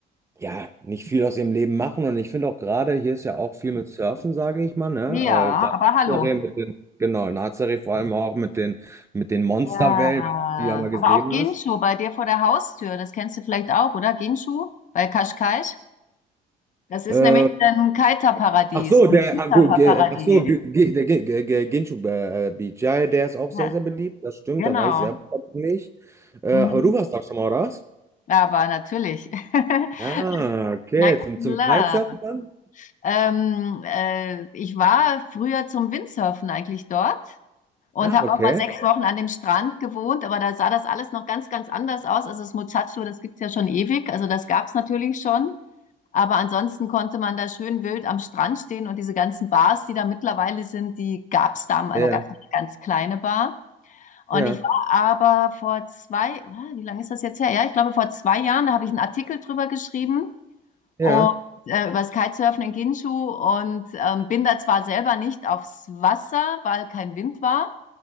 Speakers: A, on the right; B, on the left.
A: ja, nicht viel aus ihrem Leben machen. Und ich finde auch gerade, hier ist ja auch viel mit Surfen, sage ich mal, ne?
B: Ja,
A: Äh,
B: aber hallo.
A: gerade in Nazaré mit den, genau, in Nazaré vor allem auch mit den, mit den Monsterwellen,
B: Ja,
A: die du ja mal gesehen
B: aber auch Ginshu
A: hast.
B: bei dir vor der Haustür, das kennst du vielleicht auch, oder? Ginshu bei Qashqai. Das ist
A: Äh,
B: nämlich ein Kiter-Paradies,
A: ach so, der,
B: ein Kiter-Paradies.
A: ah, gut, ge- ach so, ge- ge- der Ge- Ge- Ge- Ginchu äh, äh, Beach, ja, ja, der ist auch
B: Ja,
A: sehr, sehr beliebt, das stimmt,
B: genau.
A: da war ich selber noch nicht. Äh,
B: Mhm.
A: aber du warst da schon mal, oder was?
B: Ja, Aber natürlich. <laughs>
A: Ah, okay,
B: Na
A: zum, zum
B: klar.
A: Kitesurfen dann?
B: Ähm, äh, ich war früher zum Windsurfen eigentlich dort. und
A: Ach,
B: habe
A: okay,
B: auch mal sechs Wochen an dem Strand gewohnt, aber da sah das alles noch ganz, ganz anders aus. Also das Muchacho, das gibt's ja schon ewig, also das gab's natürlich schon. Aber ansonsten konnte man da schön wild am Strand stehen und diese ganzen Bars, die da mittlerweile sind, die gab's damals,
A: ja,
B: da gab's eine ganz kleine Bar. Und
A: ja,
B: ich war aber vor zwei, ah, wie lange ist das jetzt her? Ja, ich glaube vor zwei Jahren, da habe ich einen Artikel drüber geschrieben
A: ja.
B: und äh, über das Kitesurfen in Ginshu und ähm, bin da zwar selber nicht aufs Wasser, weil kein Wind war,